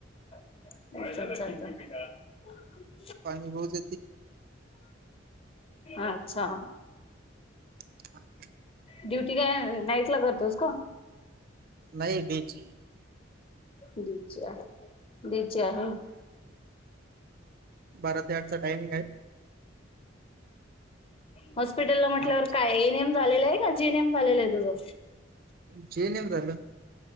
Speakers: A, on the left (about 30°); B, on the right (about 50°).
A: चछच <unintelligible>
B: पाणी होत ते.
A: अच्छा!
B: <inaudible>
A: ड्युटी नाईट ला करतोस का.
B: नाही बेची.
A: ीच. द्यायची आहे.
B: बारा ते आठ चा टायमिंग आहे.
A: हॉपिटलला म्हटल्यावर
B: आठ वाजता
A: कायम झा. का जी नेम झालेलं आहे तुझं.
B: जे नम झालं.